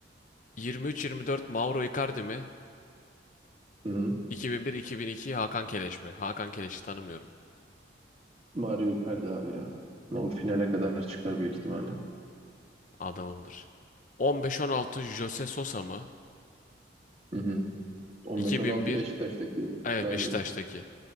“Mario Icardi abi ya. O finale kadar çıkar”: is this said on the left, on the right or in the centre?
Right